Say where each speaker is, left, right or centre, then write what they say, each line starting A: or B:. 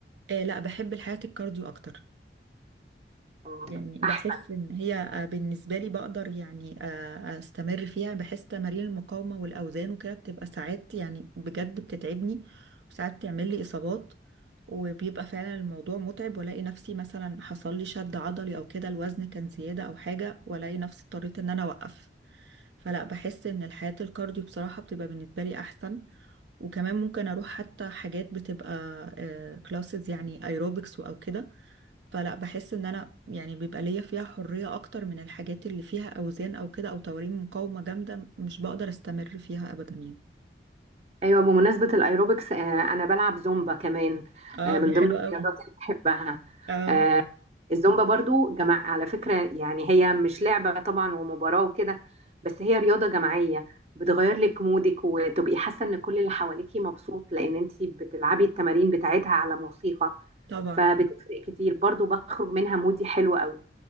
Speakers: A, on the right (about 75°); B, on the right (about 35°).
A: آه لا بحب الحياة الكارديو أكتر
B: آه،
A: يعني بحس
B: أحسن
A: إن هي آه، بالنسبة لي بقدر يعني آه أستمر فيها بحس تمارين المقاومة والأوزان وكده بتبقى ساعات يعني بجد بتتعبني وساعات تعمل لي إصابات وبيبقى فعلا الموضوع متعب والاقي نفسي مثلا حصل لي شد عضلي او كده الوزن كان زيادة او حاجة والاقي نفسي اضطريت ان انا اوقف فلا بحس ان الحياة الكارديو بصراحة بتبقى بالنسبة لي احسن وكمان ممكن اروح حتى حاجات بتبقى كلاسز يعني ايروبكس او كده فلا بحس ان انا يعني بيبقى ليا فيها حرية اكتر من الحاجات اللي فيها اوزان او كده او تمارين مقاومة جامدة مش بقدر استمر فيها ابدا يعني
B: ايوه بمناسبه الايروبكس آه، انا بلعب زومبا كمان
A: اه
B: آه، من
A: دي حلوة
B: ضمن الرياضات
A: قوي
B: اللي بحبها
A: اه
B: آه، الزومبا برضو جماعة على فكره يعني هي مش لعبه طبعا ومباراه وكده بس هي رياضه جماعيه بتغير لك مودك وتبقي حاسه ان كل اللي حواليكي مبسوط لان انت بتلعبي التمارين بتاعتها على موسيقى
A: طبعا
B: فبتفرق كتير برضو بخرج منها مودي حلو قوي